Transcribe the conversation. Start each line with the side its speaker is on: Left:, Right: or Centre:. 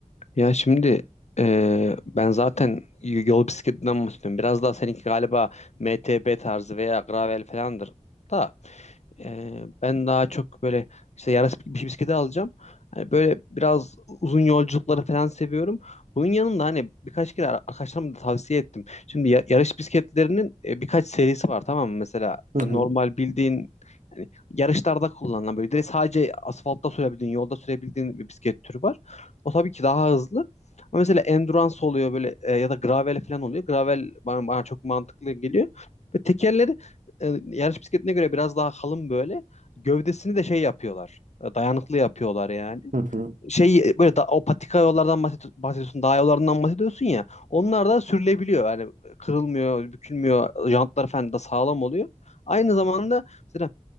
Left: Ya şimdi eee, ben zaten y- yol bisikletinden bahsediyorum. Biraz daha seninki galiba MTB tarzı veya gravel falandır da. Ee, ben daha çok böyle işte yarış bir bisikleti alacağım. Hani böyle biraz uzun yolculukları falan seviyorum. Bunun yanında hani birkaç kere ar- arkadaşlarıma da tavsiye ettim. Şimdi ya- yarış bisikletlerinin e, birkaç serisi var tamam mı? Mesela
Right: Hı
Left: e,
Right: Evet.
Left: normal
Right: hı,
Left: bildiğin hani yarışlarda kullanılan böyle direkt sadece asfaltta sürebildiğin, yolda sürebildiğin bir bisiklet türü var. O tabii ki daha hızlı. Ama mesela endurance oluyor böyle e, ya da gravel falan oluyor. Gravel bana, bana çok mantıklı geliyor. Ve tekerleri e, yarış bisikletine göre biraz daha kalın böyle. Gövdesini de şey yapıyorlar. e, Dayanıklı yapıyorlar yani.
Right: hı hı.
Left: Şey e, böyle da, o patika yollardan bahsedi- bahsediyorsun, dağ yollarından bahsediyorsun ya. Onlar da sürülebiliyor. Yani kırılmıyor, bükülmüyor. Jantlar falan da sağlam oluyor. Aynı zamanda mesela